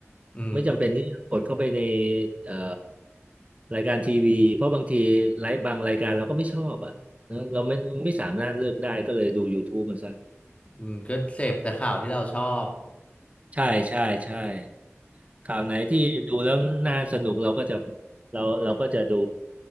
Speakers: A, on the left; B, on the right.
A: อืมอ
B: ไม่จำเป็นที่จะกดเข้าไปในเอ่อรายการทีวีเพราะบางทีไลฟ์บางรายการเราก็ไม่ชอบอ่ะนะเราไม่ไม่สามารถเลือกได้ก็เลยดู YouTube มันซะ
A: ืมอืมก็เสพแต่ข่าวที่เราชอบ
B: ใช่ใช่ใช่ข่าวไหนที่ดูแล้วน่าสนุกเราก็จะเราเราก็จะดู